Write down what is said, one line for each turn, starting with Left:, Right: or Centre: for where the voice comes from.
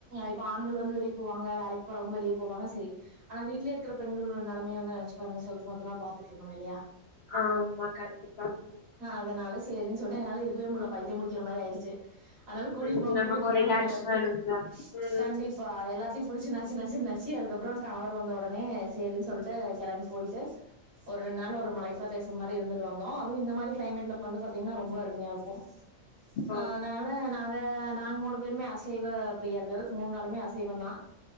Right: இப்போ ஆண்கள் வந்து வெளிய போவாங்க வேலைக் போறவங்க வெளிய போவாங்க செரி ஆனா வீட்லயே இருக்குற பெண்கள் நெலமைய வந்து நெனச்சு பாருங்க செவுத்த மட்டுதா பாத்துட்ருக்கணோ இல்லயா
Left: ஆமா கண்டிப்பா தோழி
Right: அ அதனால சேரினு சொல்லிட்டு என்னால இருக்கவே முட்ல பைத்தியோ புடிக்குற மாரி ஆயிடுச்சி அதனால கூட்டிட்டு
Left: ம்
Right: போங்க
Left: நமக்கு
Right: கூட்டிட்டு
Left: ஒரு
Right: போங்கன்னு
Left: ரிலாக்ஸ்
Right: எல்லாத்தையு
Left: வேணும்ல ம்
Right: கண்டிப்பா எல்லாத்தையு புடிச் நச்சு நச்சு நச்சு நச்சி அதுக்கப்றோ கணவ தோண்ண உடனே சேரின்னு சொல்ட்டு களம்பி போயிட்டு ஒரு ரெண்டு நாள்
Left: ஆமா
Right: ஒரு மலை பிரதேசம் மாரி இருந்துட்டு வந்தோ அது இந்த மாரி க்ளைமேட்ல வந்து பாத்தீங்கன்னா ரொம்ப அருமயா ருக்கு
Left: ம்
Right: அதனால நாங்க நாங்க மூணு பேருமே அசைவ பிரியர்கள் மூணு நாளுமே அசைவோ தா